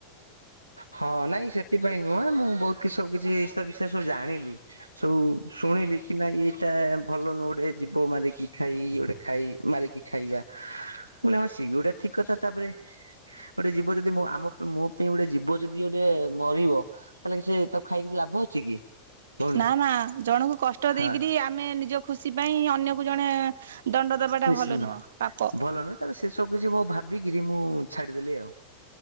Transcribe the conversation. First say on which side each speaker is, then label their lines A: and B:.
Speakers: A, on the right (about 80°); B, on the right (about 60°).
A: ହଁ ନାଇଁ ସେଥିପାଇଁ ନୁହଁ ମୁଁ ବହୁତ କିଛି ସବୁ କିଛି ତା ବିଷୟରେ ସବୁ ଜାଣିଲି ସବୁ ଶୁଣିଲି କି ନାଇଁ ଏଇଟା ଭଲ ନୁହଁ ଗୋଟେ ଯିବ ମାରିକି ଖାଇ ଗୋଟେ ଖାଇ ମାରିକି ଖାଇବା। ବୋଇଲେ ହଁ ସିଏବି ଗୋଟେ ଠିକ କଥା ତାପରେ ଗୋଟେ ଯିବ ଯଦି ମୁଁ ଆମ ମୋ ପାଇଁ ଗୋଟେ ଜୀବ ଯଦି ଗୋଟେ ମରିବ ତାହେଲେ କି ସେ ତାକୁ ଖାଇକି ଲାଭ ଅଛି କି? ଭଉଣୀ
B: ନା ନା ଜଣଙ୍କୁ କଷ୍ଟ
A: ହଁ
B: ଦେଇକିରି ଆମେ ନିଜ ଖୁସି ପାଇଁ ଅନ୍ୟକୁ ଜଣେ ଦଣ୍ଡ ଦବାଟା
A: ନିଶ୍ଚିନ୍ତ
B: ଭଲ ନୁହଁ ପାପ
A: ଭଲ ନୁହେଁ ତା ପରେ ସେ ସବୁ କିଛି ମୁଁ ଭାବିକିରି ମୁଁ ଛାଡିଦେଲି ଆଉ